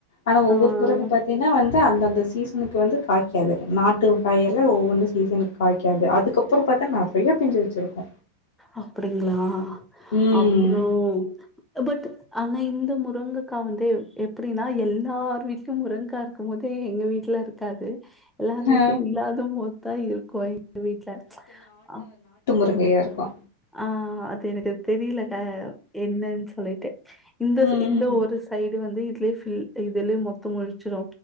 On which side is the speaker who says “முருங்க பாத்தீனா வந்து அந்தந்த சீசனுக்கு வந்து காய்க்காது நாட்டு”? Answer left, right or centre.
Left